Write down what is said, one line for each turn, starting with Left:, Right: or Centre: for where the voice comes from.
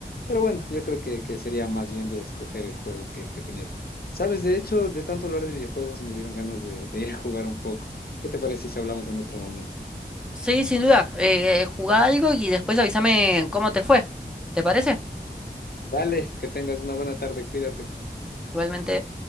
Left: pero bueno, yo creo que, que sería más bien de escoger el juego que, que tenías. Sabes, de hecho, de tanto hablar de videojuegos me dieron ganas de, de ir a jugar un poco. ¿Qué te parece si hablamos en otro momento?
Centre: Sí, sin duda, eh, eh, jugá algo y después avísame cómo te fue, ¿te parece?
Left: Vale, que tengas una buena tarde, cuídate.
Centre: Igualmente...